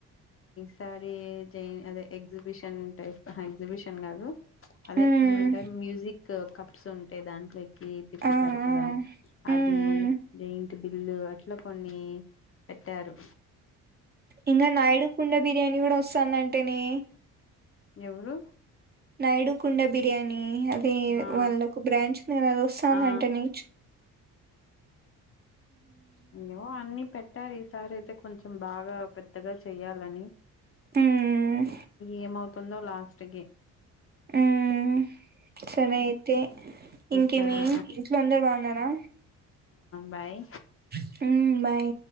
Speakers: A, on the left; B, on the right.
A: సారిీ జైన్ అదే ఎగ్జిబిషన్ టై ఎగ్జిబిషన్ కాదు అదే
B: ఉమ్,
A: ఏమంటారు మ్యూజిక్ కప్స్ ఉంటేయి దాంట్లో తిప్పుతారు
B: ఆ
A: కదా
B: ఆ,
A: అది
B: ఉమ్, ఉమ్.
A: ఇంటిి ఇలు అట్లా కొన్ని పెట్టారు
B: ఇకా నాయడు కుండ బిర్యానీ కూడా వస్తుందింటేనే
A: ఎవరు
B: నయుడు కుండ బిర్యానీ అది
A: ఆ
B: వాళ్ళ ఒక బ్రాంచ్ నేను అది వస్తానుంటే
A: ఆ
B: ను
A: ఏయ్యో అన్ని పెట్టారు సరే కొంచెం బాగా పెద్దగా చెయ్యాలని
B: ఉమ్,
A: ఏమవు తందో లాస్ట్
B: ఉమ్. సరే అయితే ఇంకేమి
A: సరే
B: ఇంట్లో అందరు బాగున్నారా
A: బాయ్
B: ఆవు మై